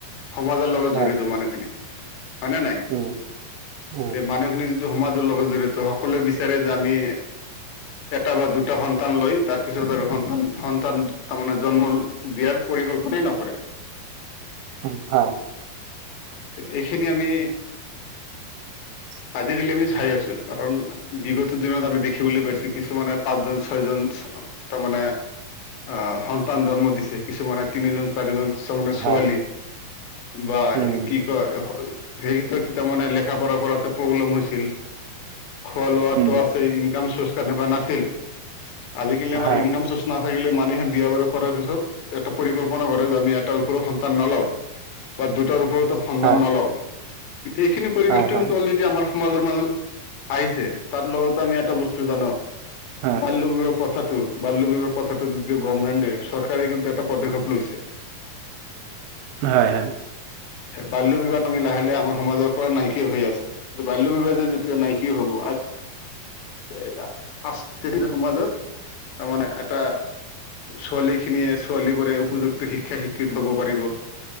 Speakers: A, on the left; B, on the right.
A: সমাজৰ লগত
B: হয়
A: জড়িত মানুহখিনি হয়নে নাই?
B: উম' উম'
A: যে মানুহখিনি যিটো সমাজৰ লগত জড়িত সকলোৱে বিচাৰে যে আমি এটা বা দুটা সন্তান লৈ তাৰপিছত আৰু সন্তান-সন্তান তাৰমানে জন্ম দিয়াৰ পৰিকল্পনাই নকৰে।
B: উম' হয়।
A: তে এইখিনি আমি
B: <inaudible>
A: আজিকালি আমি চাই আছোঁ কাৰণ বিগত দিনত, আমি দেখিবলৈ পাইছো, কিছুমানে পাঁচজন, ছয়জন চ তাৰমানে আহ, সন্তান জন্ম দিছে, কিছুমানে তিনিজন, চাৰিজন কিছুমানে ছোৱালী
B: হয়
A: বা
B: উম
A: এ কি কয়, সেইটো তাৰমানে লেখা-পঢ়া কৰাতে প্ৰব্লেম হৈছিল। খোৱা-লোৱাতো
B: উম
A: আছেই, ইনকাম চৰ্চ তেনেকুৱা নাছিল। আজিকালি আমাৰ
B: হয়
A: ইনকাম চৰ্চটো নাথাকিলে মানুহে বিয়া বাৰু কৰাৰ পিছত এটা পৰিকল্পনা কৰে যে, আমি এটা ওপৰ সন্তান নলওঁ। বা দুটাৰ ওপৰতে সন্তান
B: হয়
A: নলওঁ, এইখিনি পৰিৱেশটো
B: হয় হয়
A: কিন্তু অলৰেডি আমাৰ সমাজৰ মাজত আহিছে। তাৰ লগতে আমি এটা বস্তু জানোঁ,
B: হয়
A: বাল্যবিবাহ পথ প্ৰথাটো বাল্য বিবাহ প্ৰথাটো যদি গভৰ্মেণ্টে চৰকাৰে কিন্তু এটা পদক্ষেপ লৈছে।
B: হয় হয়।
A: বাল্য বিবাহ আমি লাহে-লাহে আমাৰ সমাজৰ পৰা নাইকিয়া হৈ আছে। বাল্য বিবাহ যেতিয়া নাই কি হ'ব এ সাংস্কৃতিক সমাজত তাৰমানে এটা ছোৱালী খিনিয়ে ছোৱালী বোৰে উপযুক্ত শিক্ষা শিক্ষিত হ'ব পাৰিব।